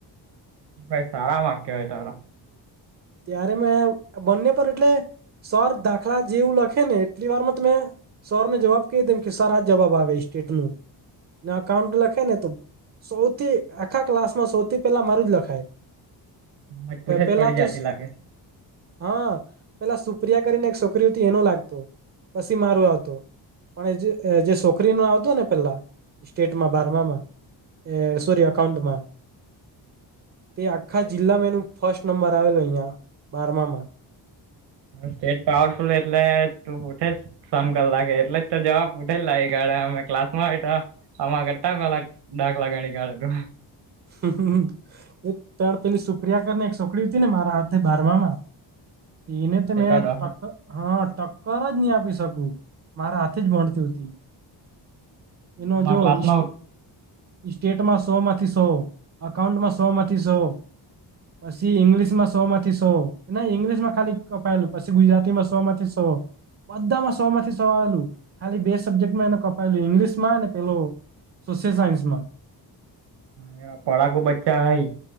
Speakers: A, on the right; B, on the right.
A: ભાઈ સારા માકૅસ કેવાય તારા.
B: ત્યારે મેં બંને પર એટલે સર દાખલા જેવું લખે ને એટલી વારમાં તો મે સરને જવાબ કે દેમ કે સર આ જવાબ આવે સ્ટેટનું. ને અકાઉન્ટ લખેને તો સૌથી આખા ક્લાસમાં સૌથી પહેલા મારું જ લખાય.
A: સમજ પૂઠે જ
B: પહેલા
A: પડી જતી
B: તો શ
A: લાગે
B: હા, પહેલા સુપ્રિયા કરીને એક છોકરી હતી એનું લાગતું. પછી મારું આવતું. પણ એ જે છોકરીનું આવતું ને પહેલા, સ્ટેટમાં બારામામાં. એ સુર્યા એકાઉન્ટમાં. તે આખા જિલ્લામાં એનો ફસ્ટ નંબર આવેલો અહીંયા. બારમામાં.
A: સ્ટેટ પાવરફુલ એટલે તું ઉઠે જ સમ કલાકે એટલે જ તો જવાબ ઉઠે લાઇ ગાળ અમે ક્લાસમાં હોઈ તો આમાં કેતા કલાક ડાખ લાગાણી કાઢે તો
B: તણ તેની સુપ્રિયા કર ને એક છોકડી હતી ને મારા હાથે બારવામાં તીને તો મે
A: એકાદ વખત
B: પક હા, ટક્કર જ નહી આપી શકું. મારા હાથે જ ભણતી હુતી. એનો
A: અમારા
B: જોશ
A: ક્લાસમાં
B: સ્ટેટમાં સોમાંથી સો અકાઉન્ટમાં સો માંથીસો... પછી ઈંગ્લિશમાં સો માંથી સો, ઈંગ્લિશમાં ખાલી કપાયેલું, પછી ગુજરાતીમાં સોમાંથી સો... બધામાં સો માંથી સો આવેલું. ખાલી બે સબ્જેક્ટમાં એને કપાયેલું ઈંગ્લિશમાં ને પેલો સોશિયલ સાયન્સમાં...
A: હ એ પડાકુ બચ્ચા હય.